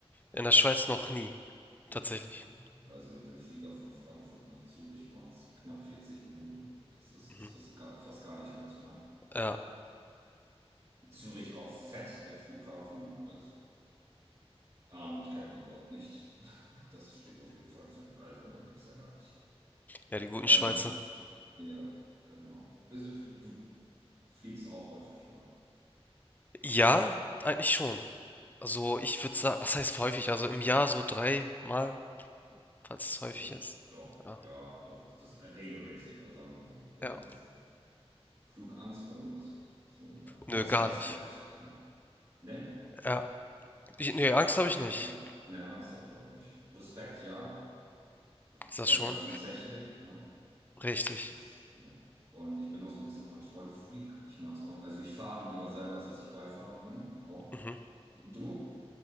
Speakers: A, on the left (about 15°); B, on the right (about 30°).
A: In der Schweiz noch nie,
B: Ja,
A: tatsächlich.
B: also mit dem Flieger von Frankfurt nach Zürich waren es knapp 40 Minuten. Das ist,
A: Mhm.
B: das kriegst du gar, fast gar nicht mit, ne?
A: Ja.
B: Zürich auch fett, der Flughafen, also. Armut kennen die dort nicht. <laughs> Das steht auf jeden Fall fest. Also gibt es ja gar nicht.
A: Ja, die guten
B: Ähm,
A: Schweizer.
B: ja, genau. Bis, du fliegst auch häufig, ne?
A: Ja, eigentlich schon. Also ich würde sagen, was heißt häufig? Also im Jahr so dreimal, falls es häufig
B: Ja,
A: ist.
B: doch.
A: Ja.
B: Ja, doch. Das ist regelmäßig, oder sagen wir mal so. Regelmäßig.
A: Ja.
B: Flugangst oder irgendwas. So und da.
A: Nö,
B: Außer
A: gar
B: Respekt,
A: nicht.
B: ja. Ne?
A: Ja. Ich, nee, Angst habe ich nicht.
B: Ne, ne, Angst habe ich auch nicht. Respekt, ja.
A: Ist
B: Vor
A: das schon?
B: der ganzen Technik, ne?
A: Richtig.
B: Das, ja. Und ich bin auch so ein bisschen Kontrollfreak. Ich mag es auch. Also ich fahre lieber selber, als dass ich Beifahrer bin. Auch.
A: Mhm.
B: Du?